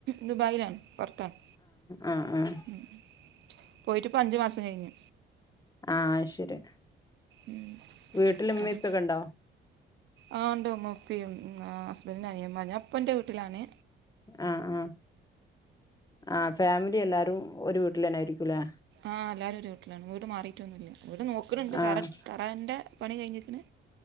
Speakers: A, on the right (about 70°); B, on the left (about 20°).
A: ദുബായിലാണ് പൊർത്താണ്
B: ആഹ് ആഹ്
A: ഉം പോയിട്ട്പ്പൊ അഞ്ചു മാസം കഴിഞ്ഞ്
B: ആഹ് അയ്ശരി
A: ഉം
B: വീട്ടിൽ ഇമ്മേം
A: അത്
B: ഉപ്പക്കെണ്ടോ
A: ആഹ് ഉണ്ട് ഉമ്മ ഉപ്പയും ഹസ്ബന്റിന്റെ അനിയമ്മാരും പ്പന്റെ വീട്ടിലാണെ
B: ആഹ് ആഹ് ആഹ് ഫാമിലി ല്ലാരും ഒരു വീട്ടിൽന്നെയിരിക്കുംല്ലേ
A: ആഹ് എല്ലാരും ഒരു വീട്ടിലാണ് വീട് മാറിയിട്ടൊന്നുംല്ല വീട് നോക്കണ്ണ്ട്
B: ആഹ്
A: തറ തറാന്റെ പണി കഴിഞ്ഞക്ണ്